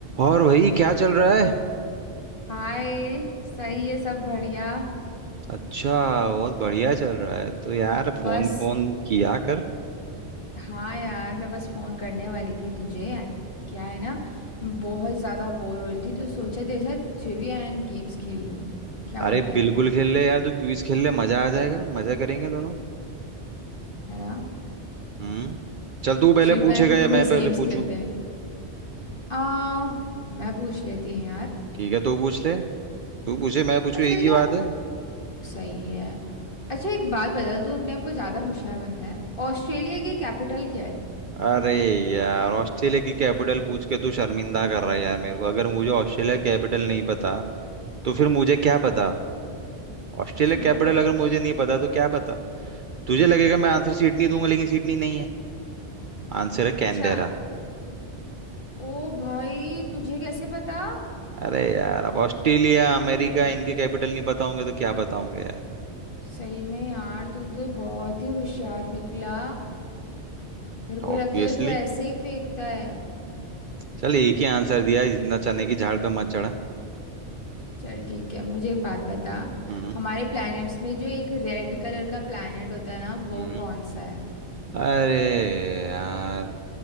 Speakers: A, on the right; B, on the left.
A: और भाई क्या चल रहा है
B: हाय सही है सब बढ़िया
A: अच्छा बहुत बढ़िया चल रहा है तो यार
B: बस
A: फोन फोन किया कर
B: हाँ यार मैं बस फोन करने वाली थी तुझे एक- क्या है ना मैं बहुत ज़्यादा बोर हो रही थी तो सोचा तेरे साथ ट्रिविया एंड गेम्स खेल लूँ क्या बोलता
A: अरे
B: है
A: बिल्कुल खेल ले यार तू क्विज खेल ले मजा आ जाएगा मजा करेंगे दोनों
B: है ना
A: हम्म चल तू पहले
B: ट्रिविया
A: पूछेगा
B: एंड
A: या
B: क्विज
A: मैं पहले
B: गेम्स
A: पूछूं
B: खेलते हैं आ मैं पूछ लेती हूँ यार
A: ठीक है तू पूछ ले तू पूछे मैं पूछूं
B: अच्छा
A: एक
B: बेटा
A: ही बात है
B: सही है अच्छा एक बात बता तू अपने आप को ज़्यादा होशियार बनता है ऑस्ट्रेलिया की कैपिटल क्या है
A: अरे यार ऑस्ट्रेलिया की कैपिटल पूछ के तू शर्मिंदा कर रहा है यार मेरे को अगर मुझे ऑस्ट्रेलिया कैपिटल नहीं पता तो फिर मुझे क्या पता ऑस्ट्रेलिया
B: क्यों
A: कैपिटल
B: भाई
A: अगर मुझे नहीं पता तो क्या पता तुझे लगेगा मैं आंसर सीट नहीं दूंगा लेकिन सीट नहीं नहीं है आंसर है
B: अच्छा
A: कैनबेरा
B: ओ भाई तुझे कैसे पता
A: अरे यार अब ऑस्ट्रेलिया अमेरिका इनके कैपिटल नहीं पता होंगे तो क्या पता होंगे यार
B: सही में यार तू तो बहुत ही होशियार निकला मेरे को
A: ऑब्वियसली
B: लगता है तू ऐसे ही फेंकता है
A: चल एक ही आंसर दिया इतना चने की झाड़ पे मत चढ़ा
B: चल ठीक है मुझे एक बात बता
A: हम्म
B: हमारे प्लैनेट्स में जो एक रेड कलर का प्लैनेट होता है ना वो
A: हम्म
B: कौन सा है
A: अरे यार